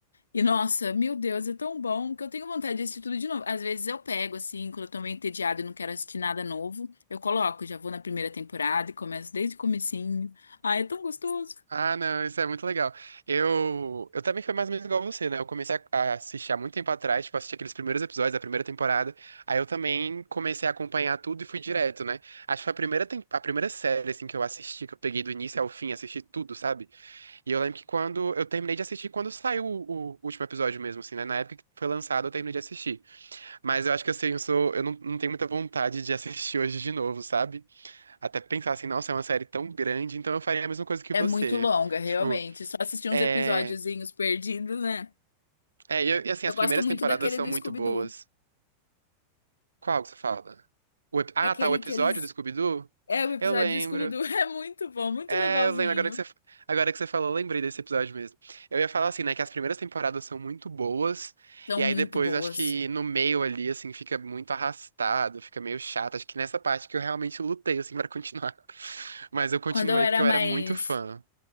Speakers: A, on the left (about 75°); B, on the right (about 70°).
A: E nossa, meu Deus, é tão bom que eu tenho vontade de assistir tudo de novo. Às vezes eu pego, assim, quando eu tô meio entediada e não quero assistir nada novo, eu coloco, já vou na primeira temporada e começo desde o comecinho. Ai, é tão gostoso.
B: Ah, não, isso é muito legal. Eu, eu também fui mais ou menos igual você, né? Eu comecei a, a assistir há muito tempo atrás, tipo, assisti aqueles primeiros episódios da primeira temporada. Aí eu também comecei a acompanhar tudo e fui direto, né? Acho que foi a primeira, tem- a primeira série, assim, que eu assisti, que eu peguei do início ao fim, assisti tudo, sabe? E eu lembro que quando eu terminei de assistir, quando saiu o, o último episódio mesmo, assim, né? Na época que foi lançado, eu terminei de assistir. Mas eu acho que assim, eu sou, eu não, não tenho muita vontade de assistir hoje de novo, sabe? Até pensar assim, nossa, é uma série tão grande, então eu faria a mesma coisa que
A: É
B: você.
A: muito longa, realmente.
B: Tipo,
A: Só assistir uns
B: é,
A: episódiozinhos perdidos, né?
B: é, e e assim,
A: Eu
B: as
A: gosto
B: primeiras
A: muito
B: temporadas
A: daquele
B: são
A: do
B: muito
A: Scooby-Doo.
B: boas. Qual que você fala? O ep- Ah,
A: Aquele
B: tá, o episódio
A: que eles
B: do Scooby-Doo?
A: É, o episódio
B: Eu lembro.
A: de Scooby-Doo <laughs> é muito bom, muito
B: É,
A: legalzinho.
B: eu lembro, agora que você, agora que você falou, eu lembrei desse episódio mesmo. Eu ia falar assim, né, que as primeiras temporadas são muito boas,
A: São
B: e
A: muito
B: aí depois
A: boas.
B: acho que no meio ali, assim, fica muito arrastado, fica meio chato. Acho que nessa parte que eu realmente lutei, assim, pra continuar. <laughs> Mas eu continuei
A: Quando eu era
B: porque eu
A: mais.
B: era muito fã.